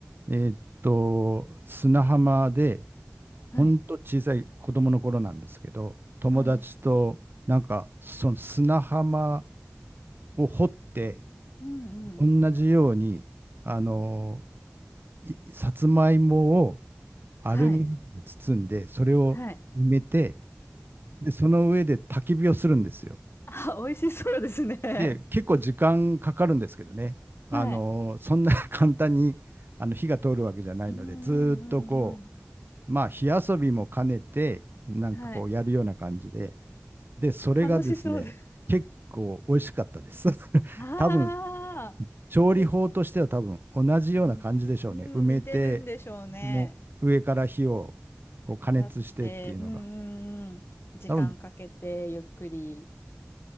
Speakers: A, on the right; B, on the left.
A: えーっと、砂浜で、
B: はい。
A: ほんと小さい子供の頃なんですけど、友達と、
B: はい。
A: なんか、その砂浜を掘って、
B: うんうん。
A: 同じように、あのいさつまいもをアルミ箔で包んで、
B: はい。
A: それを埋めて、
B: はい。
A: で、その上で焚き火をするんですよ。
B: あ、美味しそうですね。
A: で、結構時間かかるんですけどね、あのそんな
B: はい。
A: <laughs> 簡単にあの火が通るわけじゃないので、
B: うんうんうんうん。
A: ずーっとこう、まあ、火遊びも兼ねて、なんかこうやるような感じで、
B: はい。
A: で、それがですね、
B: 楽しそうです。
A: 結構美味しかったです。<laughs>
B: ああ、
A: 多分調理法としては多分同じような感じでしょうね。
B: でんう
A: 埋めて、
B: ん、似てるんでしょうね。
A: もう上から火をこう加熱してっていうのが。
B: やって、うんうんうん。時間かけて、
A: 多分、
B: ゆっくり。